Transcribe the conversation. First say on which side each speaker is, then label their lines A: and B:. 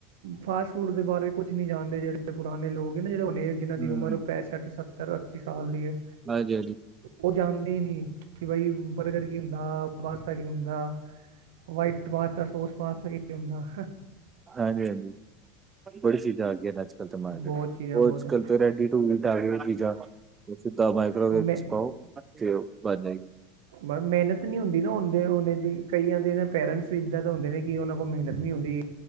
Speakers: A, on the right; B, on the right.
A: ਫਾਸਟ ਫੂਡ ਦੇ ਬਾਰੇ ਕੁਛ ਨਈ ਜਾਣਦੇ ਜੇੜੇ ਪੁਰਾਣੇ ਲੋਗ ਏ ਨਾ ਜੇੜੇ ਹੁਨੇ ਜਿਹਨ੍ਹਾਂ ਦੀ
B: ਹੂੰ
A: ਉਮਰ
B: ਹਾਂਜੀ
A: ਪੈਂਸਠ ਸੱਤਰ ਅੱਸੀ ਸਾਲ ਦੀ ਹੈ
B: ਹਾਂਜੀ
A: ਓ ਜਾਣਦੇ ਈ ਨਈ। ਕਿ ਬਈ ਬਰਗਰ ਕੀ ਹੁੰਦਾ ਪਾਸਤਾ ਕੀ ਹੁੰਦਾ। ਵਾਇਟ ਪਾਸਤਾ ਸੋਸ ਪਾਸਤਾ ਕੀ-ਕੀ ਹੁੰਦਾ।
B: ਹਾਂਜੀ-ਹਾਂਜੀ ਬੜੀ ਚੀਜ਼ਾਂ ਆ ਗਈਆਂ ਨੇ ਅੱਜ ਕੱਲ ਤੇ ਮਾਰਕੀਟ
A: ਬਹੁਤ
B: 'ਚ
A: ਚੀਜ਼ਾਂ
B: ਓ
A: ਬਹੁਤ
B: ਅੱਜ ਕਲ ਤੋਂ ਰੈਡੀ ਟੂ ਵੀਟ ਆ ਗੇ ਚੀਜ਼ਾਂ ਸਿੱਧਾ ਮਾਈਕ੍ਰੋਵੇਵ
A: ਮੈਂ
B: 'ਚ ਪਾਓ ਫਿਰ ਓ ਬਣ ਜਾਏਗੀ।
A: ਬਸ ਮਿਹਨਤ ਨੀ ਹੁੰਦੀ ਨਾ ਉਦੇ ਨੇ ਦੇ ਕਈਆਂ ਦੇ ਨਾ ਪੇਰੈਂਟਸ ਵੀ ਇੱਦਾਂ ਤਾਂ ਹੁੰਦੇ ਨੇ ਕਿ ਉਨਾਂ ਕੋਲ ਮਿਹਨਤ ਨੀ ਹੁੰਦੀ